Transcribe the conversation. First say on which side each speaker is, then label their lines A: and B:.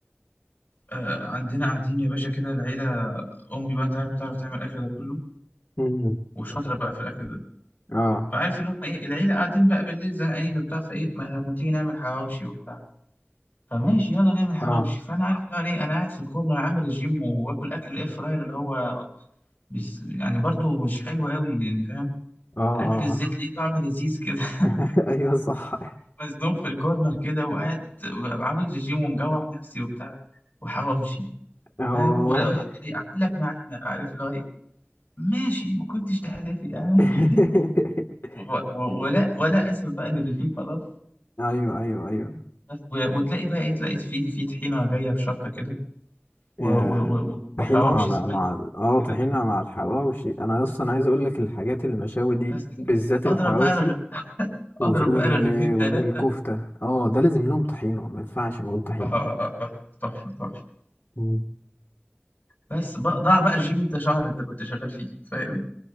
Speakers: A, on the left; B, on the left.
A: آه، عندنا قاعدين يا باشا كده العيله امي بقى انت عارف بتعرف تعمل الاكل ده كله
B: مم.
A: وشاطره بقى في الاكل ده
B: اه
A: فعارف اللي هم ايه العيله قاعدين بقى بالليل زهقانين وبتاع فايه ما, ما تيجي نعمل حواوشي وبتاع فماشي يلا نعمل حواوشي
B: اه
A: فانا عارف اللي هو ايه انا قاعد في الكورنر عامل رجيم وباكل اكل الاير فراير اللي هو بس يعني برضو مش حلو قوي يعني فاهم
B: اه اه
A: اكل الزيت
B: آه.
A: ليه طعم لذيذ كده <laughs>
B: <laughs> ايوه صح
A: مزنوق في الكورنر كده وقاعد ببقى عامل رجيم ومجوع نفسي وبتاع وحواوشي
B: اه
A: فاهم ولا اقول لك ايه اعمل لك معانا عارف اللي هو ايه ماشي ما كنتش تحلفي يعني
B: <laughs>
A: <laughs> و- و- ولا ولا اسف بقى للرجيم خلاص
B: ايوه ايوه ايوه
A: بس و- وتلاقي بقى ايه تلاقي في في طحينه جايه بشطه كده و-
B: آه،
A: و- و-
B: طحينة
A: وحواوشي
B: على
A: سبايس
B: مع اه
A: كده
B: طحينة مع الحواوشي انا اصلا عايز اقول لك الحاجات المشاوي دي
A: بس كده
B: بالذات
A: اضرب
B: الحواوشي
A: بقى رغ...
B: و-
A: اضرب
B: وال...
A: بقى رغيفين
B: والكفتة
A: ثلاثه
B: اه ده لازم لهم طحينة ما ينفعش من غير طحينة
A: اه آه، آه، تحفه تحفه تحفه
B: مم.
A: بس بقى ضاع بقى رجيم انت شهر انت كنت شغال فيه فاهم